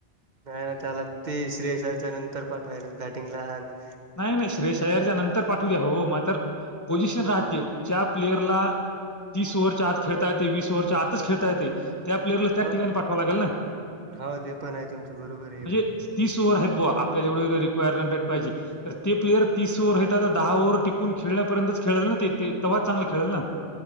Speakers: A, on the right; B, on the left.
A: नाही ना. त्याला ते श्रेयश आयरच्या नंतर पाठवायलेत बॅटिंगला न -
B: नाही नाही. श्रेयस अय्यरच्या नंतर पाठवू द्या हो. मग तर पोझिशन राहतेय. ज्या प्लेयरला - तीस ओव्हरच्या आज खेळता येतय. वीस ओव्हरच्या आतच खेळता येतय- त्या प्लेअरला त्याच
A: हो
B: ठिकाणी पाठवाव लागेल ना?
A: हो ते पण आहे तुमचं बरोबर आहे हे
B: म्हणजे
A: पण
B: - तीस ओव्हर आहेत बुवा, आपल्याला जेवढं रिकवायर्ड रनरेट पाह्यजे. तर ते प्लेयर तीस ओव्हर आहे त आता दहा ओव्हर टिकून खेळण्यापर्यंतच खेळेल ना ते - तव्हा चांगल खेळेल ना?